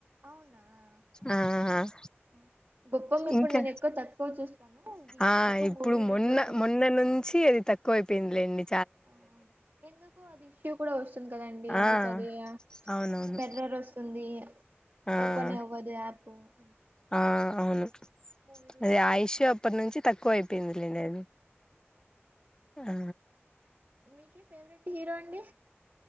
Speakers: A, on the right; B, on the left.
A: అవునా ఆహా,
B: ఆ
A: ఓకే ఆ, బొప్పం ఇప్పుడు
B: ఇంకా
A: నేను ఎక్కువ తక్కువ చూస్తాను ఇది
B: ఆ
A: ఎక్కువ
B: ఇప్పుడు
A: మూవీ రూల్స్
B: మొన్న
A: లో చూస్తాను
B: మొన్న నుంచి అది తక్కువై పినలేండి
A: ఆ ఎందుకు అది ఇష్యూ కూడా వస్తుంది కదండి ఎందుకు
B: ఆ
A: అది
B: అవునవును
A: కొంచెం ఎర్రర్ వస్తుంది
B: ఆ
A: ఓపెన్ అవ్వదు యాప్ అ
B: ఆ అవును
A: మూవీ రూల్సే
B: అది
A: చూస్తాం
B: ఆయుష్ అప్పటి నుంచి తక్కువ అయిపోయిందిండి అది ఆ
A: మీకే ఫేవరెట్ హీరో అండి